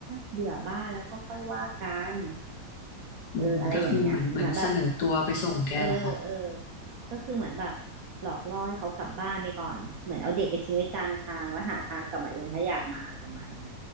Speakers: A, on the right; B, on the left.
A: เบื่อบ้านแล้วก็ค่อยว่ากัน
B: อืมก็คือเหมือนเหมือนเสนอตัวไปส่งแกเหรอ
A: เอออะไรอย่างเงี้ยเหมือนแบบ เออเออก็คือเหมือนแบบหลอกล่อให้เขากลับบ้านไปก่อนเหมือนเอาเด็กไปทิ้งไว้กลางทางแล้วหาทางกลับมาเองถ้าอยากมาอะไรประมาณเนี้ย